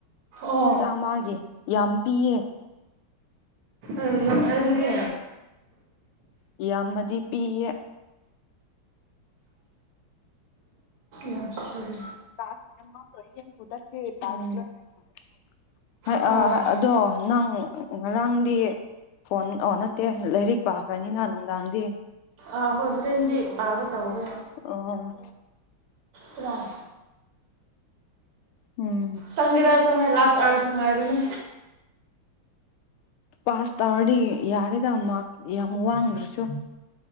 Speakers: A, on the right; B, on the left.
A: ꯑꯣ
B: ꯆꯥꯝꯃꯒꯤ ꯌꯥꯝ ꯄꯤꯌꯦ꯫
A: ꯑ ꯌꯥꯏ ꯑꯗꯨꯗꯤ
B: ꯌꯥꯝꯃꯗꯤ ꯄꯤꯌꯦ꯫
A: ꯌꯥꯝꯁꯨ ꯁꯔꯤ
B: <unintelligible>
A: ꯑꯣ
B: ꯑꯗꯣ ꯅꯪ ꯉꯔꯥꯡꯗꯤ꯫ ꯐꯣꯟ ꯑꯣ ꯅꯠꯇꯦ ꯂꯥꯏꯔꯤꯛ ꯄꯥꯈ꯭ꯔꯅꯤꯅ ꯅꯨꯡꯗꯥꯡꯗꯤ
A: ꯑꯥ ꯍꯣꯏ ꯍꯣꯔꯦꯟꯗꯤ ꯄꯥꯕ ꯇꯧꯒꯦ
B: ꯑꯣ
A: ꯇ꯭ꯔꯦꯟ
B: ꯎꯝ꯫
A: ꯆꯪꯒꯦꯔꯥ ꯆꯪꯉ ꯂꯥꯁ ꯑꯥꯔꯁ ꯅꯨꯡꯉꯥꯏꯕꯅꯦ
B: ꯄꯥꯁ ꯇꯋꯥꯗꯤ ꯌꯥꯔꯦꯗ ꯃꯥꯛ ꯌꯥꯝ ꯋꯥꯡꯗ꯭ꯔꯁꯨ꯫